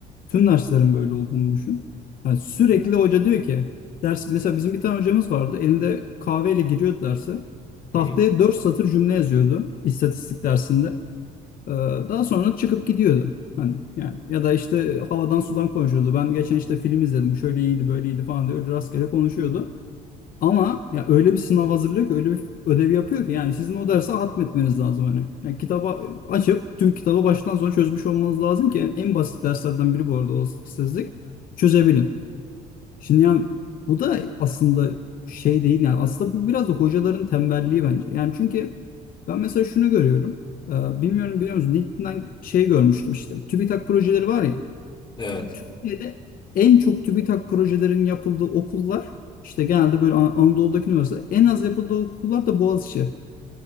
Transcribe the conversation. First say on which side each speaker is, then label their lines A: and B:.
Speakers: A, on the left (about 55°); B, on the left (about 30°).
A: Tüm derslerin böyle olduğunu düşün. Yani sürekli hoca diyor ki ders mesela bizim bir tane hocamız vardı. Elinde kahveyle giriyordu derse. Tahtaya
B: Hı hı.
A: 4 satır cümle yazıyordu istatistik dersinde. Ee, daha sonra çıkıp gidiyordu. Hani yani ya da işte havadan sudan konuşuyordu. Ben geçen işte film izledim. Şöyle iyiydi, böyle iyiydi falan diye öyle rastgele konuşuyordu. Ama ya öyle bir sınav hazırlıyor ki öyle bir ödev yapıyor ki yani sizin o dersi hatmetmeniz lazım hani. Yani kitaba e, açıp tüm kitabı baştan sona çözmüş olmanız lazım ki en basit derslerden biri bu arada olasılıksızlık çözebilin. Şimdi yani bu da aslında şey değil yani aslında bu biraz da hocaların tembelliği bence. Yani çünkü ben mesela şunu görüyorum. Ee, bilmiyorum biliyor musun? LinkedIn'den şey görmüştüm işte. TÜBİTAK projeleri var ya.
B: Evet,
A: Türkiye'de en çok TÜBİTAK projelerin yapıldığı okullar işte genelde böyle An- Anadolu'daki üniversite en az yapıldığı okullar da Boğaziçi.